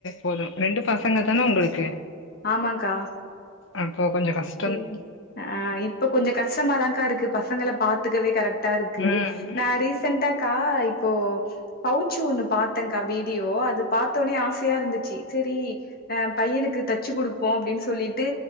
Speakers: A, on the left; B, on the left.
A: போதும் ரெண்டு பசங்க தான உங்களுக்கு
B: ஆமாக்கா
A: அப்போ கொஞ்சோ கஷ்
B: எங்க ஆ இப்ப கொஞ்ச கஷ்டமாதா கா இருக்கு பசங்கள பாத்துக்கவே கரெக்ட்டா இருக்கு
A: ம்
B: நா ரீசெண்டாக்கா இப்போ பவுச்சு ஒண்ணு பாத்தே கா வீடியோ அது பாத்தோனே ஆசையா இருந்துச்சு சேரி அ பையனுக்கு தச்சு குடுப்போ அப்படின்னு சொல்லிட்டு